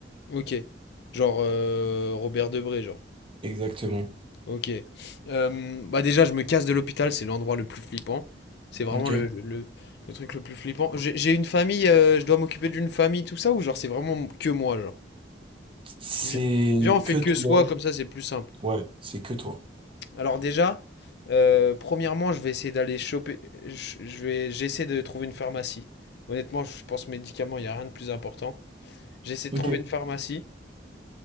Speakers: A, on the left (about 65°); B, on the right (about 30°).
A: Ok. Genre euh, Robert Debré, genre.
B: Exactement.
A: Ok. Euh, bah déjà, je me casse de l'hôpital, c'est l'endroit le plus flippant. C'est vraiment
B: Ok.
A: le, le, le- le truc le plus flippant. J'ai j'ai une famille, euh, je dois m'occuper d'une famille, tout ça, ou genre c'est vraiment que moi, genre.
B: C'est
A: Vi- Viens, on fait
B: que toi.
A: que soi, comme ça c'est plus simple.
B: Ouais, c'est que toi.
A: Alors déjà, euh, premièrement, je vais essayer d'aller choper, je je vais, j'essaie de trouver une pharmacie. Honnêtement, je pense médicaments, il n'y a rien de plus important. J'essaie de
B: Ok.
A: trouver une pharmacie.